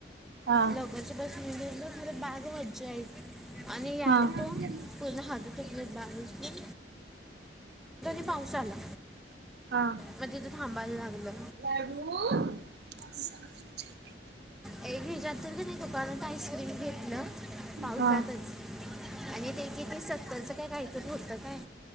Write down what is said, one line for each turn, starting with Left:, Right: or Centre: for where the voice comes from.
Right: हा
Centre: लोकांच्या बसून <unintelligible> खर बॅग वजी आहे. आणि यानंतो
Right: हा हा
Centre: पूर्ण हाताचे प्लेट बांधू <unintelligible> पाऊसा आला
Right: हा
Centre: मग तिथे थांबायला लागलं.
Right: <unintelligible>
Centre: एक हच्यात तर त्याने दुकानात आईस्क्रीम घेतलं पावसातच
Right: हा
Centre: आणि तेची ते सत्तरच काय कायतरी होतं काय